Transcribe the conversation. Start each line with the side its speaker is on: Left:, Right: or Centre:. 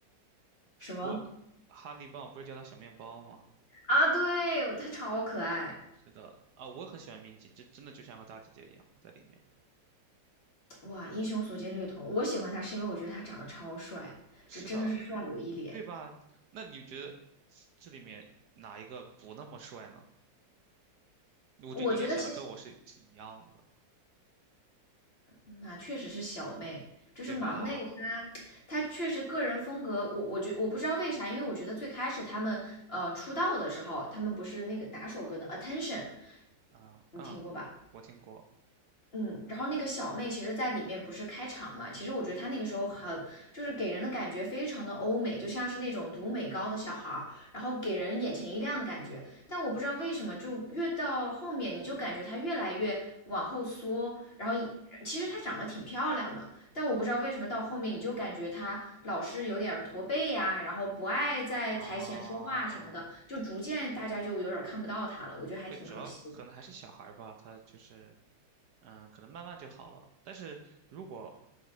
Left: 什么？
Right: 我哈尼棒不是叫它小面包吗？
Left: 啊，对，他超可爱，
Right: 是的，啊，我很喜欢明吉，这真的就像个大姐姐一样在里面。
Left: 哇，英雄所见略同。我喜欢他是因为我觉得他长得超帅，
Right: 是的，
Left: 这真的是帅我一脸。
Right: 对吧？那你觉得这里面哪一个不那么帅呢？我觉得你应该想的跟我是是一样的，
Left: 我觉得其实那确实是小妹，就是忙内她，
Right: 对吧？
Left: 她确实个人风格，我我觉我不知道为啥，因为我觉得最开始他们呃出道的时候，他们不是那个哪首歌呢？Attention，
Right: 嗯嗯，
Left: 你听过吧？
Right: 我听过。
Left: 嗯，然后那个小妹其实，在里面不是开场嘛？其实我觉得她那个时候很，就是给人的感觉非常的欧美，就像是那种读美高的小孩儿，然后给人眼前一亮的感觉。但我不知道为什么，就越到后面，你就感觉她越来越往后缩，然后一其实她长得挺漂亮的，但我不知道为什么到后面，你就感觉她老是有点儿驼背呀、然后不爱在台前说话什么的，
Right: 啊，
Left: 就逐渐大家就有点儿看不到她了，我觉得还挺可惜的
Right: 对，主要可能还是小孩儿吧，他就是，嗯，可能慢慢就好了。但是如果